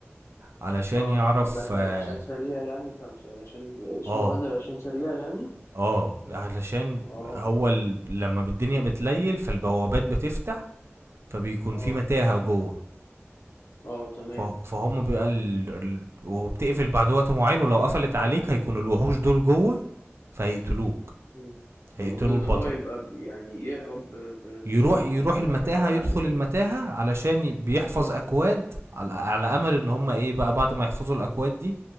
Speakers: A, on the right (about 65°); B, on the left (about 75°).
A: علشان
B: اه
A: يعرف
B: بس
A: اه
B: عشان سريع يعني فمش عشان اسمه
A: اه,
B: رنر عشان سريع يعني
A: آه علشان
B: اه
A: هو
B: اه
A: ال... لما الدنيا بتليل فالبوابات بتفتح فبيكون
B: اه
A: في متاهة جوه
B: اه تمام
A: ف- فهم بيبقى ال... ال... وبتقفل بعد وقت معين ولو قفلت عليك هيكون الوحوش دول جوه فهيقتلوك
B: مم.
A: هيقتلوا
B: المفروض ان
A: البطل
B: هو يبقى ب- يعني يهرب ب- ب-
A: يروح
B: بسرعة
A: يروح
B: على
A: المتاهة
B: قد ما على
A: يدخل
B: قد ما
A: المتاهة
B: يقدر
A: علشان ي- بيحفظ
B: اه
A: أكواد على, على أمل إن هم
B: اه
A: إيه بقى بعد ما يحفظوا الأكواد دي